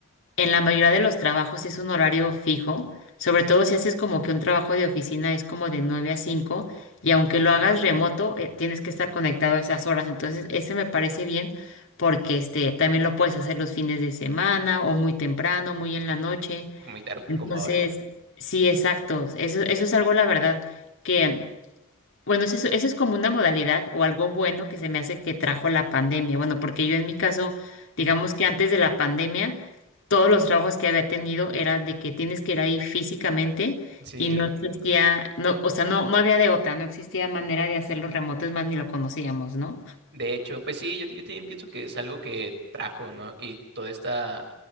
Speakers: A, on the left; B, on the right.
A: en la mayoría de los trabajos es un horario fijo, sobre todo si haces como que un trabajo de oficina es como de 9 a 5 y aunque lo
B: Ujú.
A: hagas remoto, eh, tienes que estar conectado a esas horas. Entonces, ese me parece bien porque este también lo puedes hacer los fines de semana o muy temprano, muy en la noche.
B: Muy tarde,
A: Entonces,
B: como ahora.
A: sí, exacto. Eso, eso es algo, la verdad, que, bueno, eso, eso es como una modalidad o algo bueno que se me hace que trajo la pandemia. Bueno, porque yo en mi caso, digamos
B: Ujú.
A: que antes de la pandemia, todos los trabajos que había tenido eran de que tienes que ir ahí físicamente
B: Sí.
A: y no existía, no, o sea, no, no había de otra, no existía manera de hacerlo remoto, es más, ni lo conocíamos, ¿no?
B: De hecho, pues sí, yo, yo también pienso que es algo que trajo, ¿no? Y toda esta